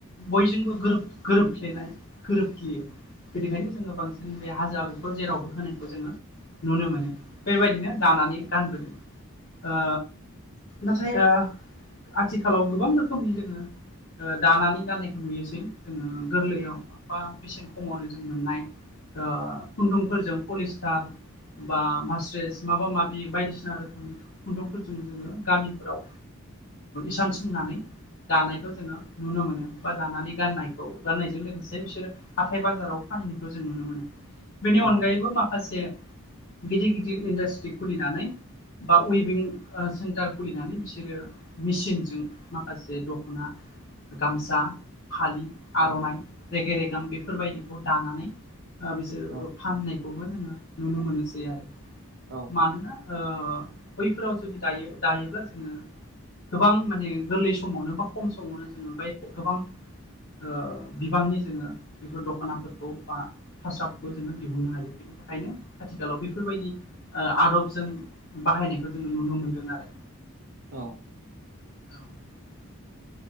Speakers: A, on the left; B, on the right.
A: बयजोंबो गोरोब गोरोबफ्लेनाय गोरोबफ्लेयो बेनिखायनो जोङो बांसिन बे हाजो आगरखौ जेरावबो होनायखौ जोङो नुनो मोनो बेबायदिनो दानानै गानबोदों ओ नाथाय ओ आथिखालाव गोबां रोखोमनि जोङोक्षओ दानानै गाननायखौ नुयोसै जोङो गोरलैयाव बा बेसेन खमावनो जों मोननाय ओ खुन्दुंफोरजों पलिस्टार बा मास्रेस माबा माबि बायदिसिना रोखोमनि खुन्दुंखौ जों जोङो गामिफोराव इसान सोंनानै दानायखौ जोङो नुनो मोनो बा दानानै गाननायखौ गाननायजों लोगोसे बिसोर हाथाइ बाजाराव बाहायनायखौ जों नुनो मोनो बेनि अनगायैबो
B: औ
A: माखासे गिदिर गिदिर इन्डास्ट्रि खुलिनानै बा उइभिंओ सेन्टार खुलिनानै बिसोरो मेचिनजों माखासे दखना गामसा फालि आरनाइ
B: औ औ
A: रेगे रेगां बेफोरबायदिखौ दानानै बिसोरो
B: औ
A: फाननाय बे खौबो जोङो नुनो मोनोसै आरो
B: औ
A: मानोना ओ बैफोराव जुदि दायो दायोब्ला जोङो गोबां माने गोरलै समावनो बा खम समावनो जोङो गोबां ओ बिबांनि जोङो बेफोर दखनाफोरखौ बा फास्राफोरखौ जोङो दिहुननो हायो बे थाखायनो आथिखालाव बेफोरबायदि ओ आदबजों बाहायनायखौ जोङो नुनो मोनदों आरो
B: औ
A: <inaudible>